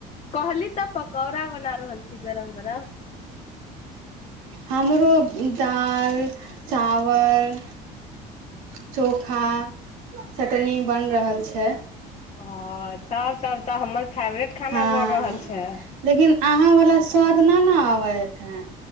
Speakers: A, on the left; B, on the right.
A: कहली तऽ पकौड़ा बना रहल छी गरम गरम
B: हमरो दाल चावल चोखा चटनी बन रहल छै
A: ह तब तब तऽ हमर फेवरेट खाना
B: हँ
A: बन रहल छै
B: लेकिन अहाँ वला स्वाद न ने आबेत है